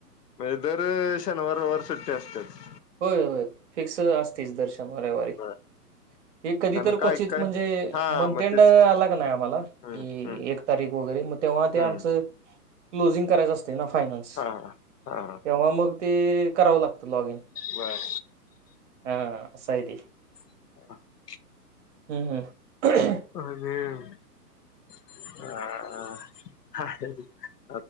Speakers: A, on the left; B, on the right.
A: म्हणजे दर शनिवार रविवार सुट्टी असतेच.
B: होय होय फिक्स असतेच दर् शनवार रविवारी
A: बर
B: ते कधी
A: आणि
B: तर
A: काय
B: कौचीत
A: काय
B: म्हणजे
A: हा
B: मंथंड
A: मग तेच
B: आला
A: की
B: का नाही आम्हाला कि
A: हम्म हम्म
B: एक तारीख वगैरे मग तेव्हा ते
A: हम्म
B: आमच. क्लोजिंग करायचं असते ना फायनान्स
A: हा हा हा हा
B: तेव्हा मग ते करावं लागतं लॉग इन
A: बरं
B: हा असायते
A: <unintelligible>
B: हम्म हम्म
A: <unintelligible>
B: <inaudible>